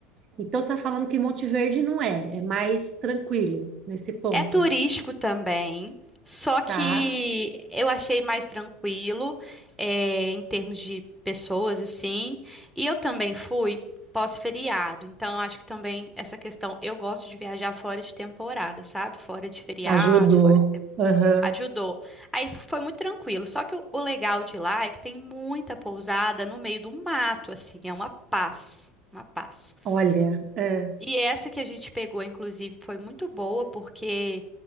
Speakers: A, on the right (about 40°); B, in the centre.
A: Então você está falando que Monte Verde não é, é mais tranquilo nesse ponto,
B: É turístico também, só que
A: tá?
B: eu achei mais tranquilo, é, em termos de pessoas, assim. E eu também fui pós-feriado, então eu acho que também essa questão, eu gosto de viajar fora de temporada, sabe? Fora de feriado,
A: Ajudou. Aham.
B: Ajudou. Aí foi muito tranquilo. Só que o, o legal de lá é que tem muita pousada no meio do mato, assim, é uma paz, uma paz.
A: Olha, é.
B: E essa que a gente pegou, inclusive, foi muito boa porque